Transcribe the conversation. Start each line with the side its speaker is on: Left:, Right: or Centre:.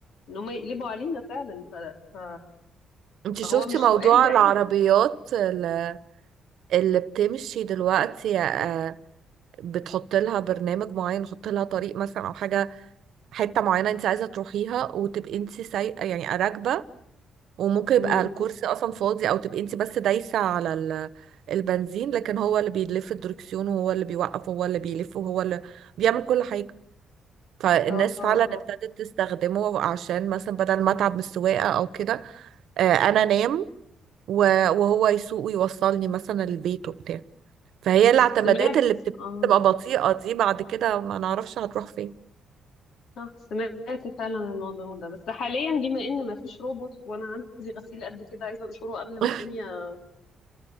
Left: ان هم يقلبوا علينا فعلا ف... ف...
Right: انت
Left: فهو
Right: شفتي
Left: مش
Right: موضوع
Left: سؤال بعيد
Right: العربيات ال- اللي بتمشي دلوقتي آه، بتحط لها برنامج معين تحط لها طريق مثلا او حاجة حته معينه انت عايزه تروحيها وتبقي انت سايقه يعني راكبه وممكن
Left: مم.
Right: يبقى الكرسي اصلا فاضي او تبقي انت بس دايسه على ال- البنزين لكن هو اللي بيلف الدركسيون وهو اللي بيوقف وهو اللي بيلف وهو اللي بيعمل كل حاجه فالناس
Left: اه اه
Right: فعلا
Left: اه
Right: ابتدت تستخدمه عشان مثلا بدل ما اتعب من السواقه او كده آه، انا انام و- وهو يسوق ويوصلني مثلا البيت وبتاع فهي
Left: مم.
Right: الاعتمادات
Left: سمعت
Right: اللي بتبقى
Left: اه
Right: بطيئه دي بعد كده ما نعرفش هتروح فين
Left: صح سمعت فعلا الموضوع ده بس حاليا بما ان ما فيش روبوت وانا عندي غسيل قد كده عايزه انشره قبل
Right: <laughs>
Left: ما الدنيا